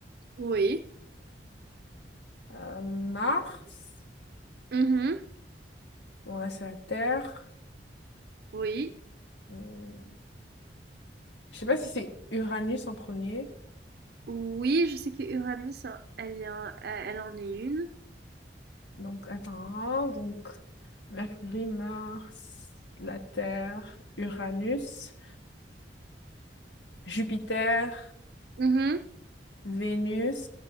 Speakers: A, on the right; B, on the left.
A: Oui.
B: Euh, Mars.
A: Mhm.
B: Bon, là, c'est la Terre.
A: Oui.
B: Euh, je sais pas si c'est Uranus en premier.
A: Oui, je sais que Uranus, en- elle, est en- elle en est une.
B: Donc, attends, hein, donc, Mercure, Mars, la Terre, Uranus, Jupiter,
A: Mhm.
B: Vénus.